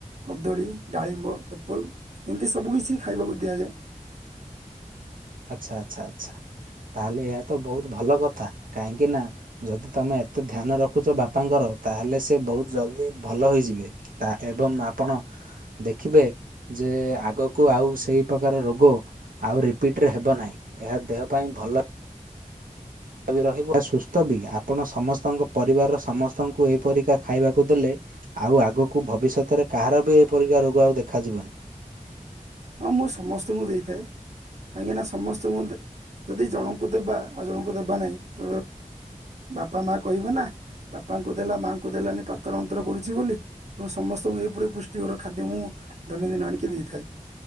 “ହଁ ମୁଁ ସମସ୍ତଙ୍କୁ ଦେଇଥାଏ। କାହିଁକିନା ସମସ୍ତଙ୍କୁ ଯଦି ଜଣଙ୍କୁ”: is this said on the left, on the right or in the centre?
Right